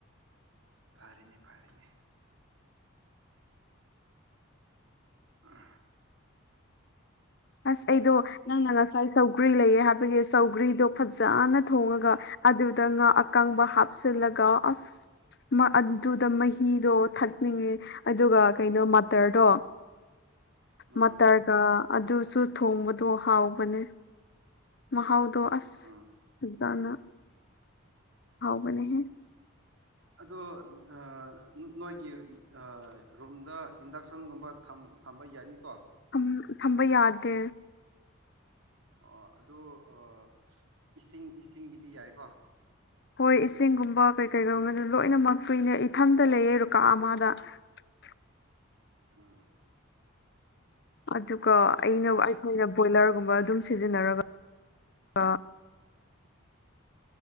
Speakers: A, on the right; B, on the left.
A: ꯐꯔꯦꯅꯦ ꯐꯔꯦꯅꯦ ꯎꯝ
B: ꯑꯁ ꯑꯩꯗꯣ ꯅꯪꯅ ꯉꯁꯥꯏ ꯁꯧꯒ꯭ꯔꯤ ꯂꯩꯑꯦ ꯍꯥꯏꯕꯒꯤ ꯁꯧꯒ꯭ꯔꯤꯗꯣ ꯐꯖꯅ ꯊꯣꯡꯉꯒ ꯑꯗꯨꯗ ꯉꯥ ꯑꯀꯪꯕ ꯍꯥꯞꯆꯜ ꯂꯒ ꯑꯁ ꯑꯗꯨꯗ ꯃꯍꯤꯗꯣ ꯊꯛꯅꯤꯡꯉꯦ ꯑꯗꯨꯒ ꯀꯩꯅꯣ ꯃꯇꯔꯗꯣ
A: ꯎꯝ
B: ꯃꯇꯔꯒ ꯑꯗꯨ ꯁꯨ ꯊꯣꯡꯕꯗꯣ ꯍꯥꯎꯕꯅꯦ ꯃꯍꯥꯎꯗꯣ ꯑꯁ
A: ꯎꯝ
B: ꯆꯥꯅ ꯍꯥꯎꯕꯅꯦꯍꯦ
A: ꯑꯗꯣ ꯑꯥ ꯅꯣꯏꯒꯤ ꯑꯥ ꯔꯨꯝꯗ ꯏꯟꯗꯛꯁꯟꯒꯨꯝꯕ ꯊꯝ ꯊꯝꯕ ꯌꯥꯅꯤꯀꯣ
B: ꯎꯝ ꯊꯝꯕ ꯌꯥꯗꯦ
A: ꯑꯣ ꯑꯗꯨꯩ ꯑꯥ ꯏꯁꯤꯡ ꯏꯁꯤꯡꯒꯤꯗꯤ ꯌꯥꯏꯀꯣ
B: ꯑꯩꯈꯣꯏ ꯏꯁꯤꯡꯒꯨꯝꯕ ꯀꯩ ꯀꯩꯒꯨꯝꯕꯗ ꯂꯣꯏꯅꯃꯛ ꯐ꯭ꯔꯤꯅꯦ ꯏꯊꯟꯇ ꯂꯩꯌꯦ ꯔꯨ ꯀꯥ ꯑꯃꯗ <unintelligible>
A: ꯎꯝ
B: ꯑꯗꯨꯒ
A: ꯐꯩꯅꯦ
B: ꯑꯩꯅ
A: ꯐꯩꯅꯦ
B: ꯑꯩꯈꯣꯏꯅ ꯕꯣꯏꯂꯔꯒꯨꯝꯕ ꯑꯗꯨꯝ ꯁꯤꯖꯤꯟꯅꯔꯒ ꯑꯗꯨꯒ